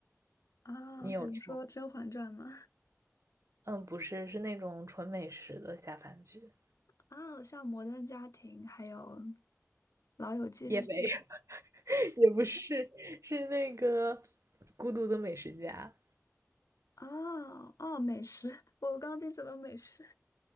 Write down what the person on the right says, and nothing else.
你有看？
嗯，不是，是那种纯美食的下饭剧，
也没有，<laughs> 也不是，是那个《孤独的美食家》。